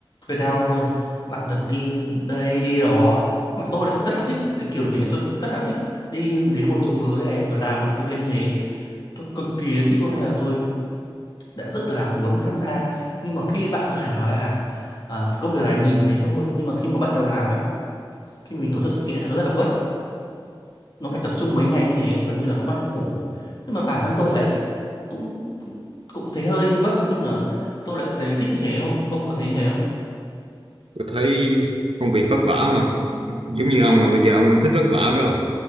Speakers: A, on the left; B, on the right.
A: Việt Nam luôn bạn được đi đây đi đó mà tôi lại rất là thích cái kiểu như thế tôi rất là thích đi đến một chỗ mới này rồi làm những cái việc như thế tôi cực kỳ thích luôn nên là tôi đã rất là muốn tham gia nhưng mà khi bạn tôi <laughs> nói là ờ, cái công việc này nhìn thế thôi nhưng mà khi mà bắt đầu làm ấy khi mà mình tổ chức sự kiện là nó rất là vất nó phải tập trung mấy ngày như thế gần như là không ăn không ngủ nhưng mà bản thân tôi lại cũng cũng thấy hơi vất nhưng mà tôi lại thấy thích như thế không ông có thấy như thế không
B: tôi thấy công việc vất vả mà giống như ông là bây giờ ông đang thích vất vả phải không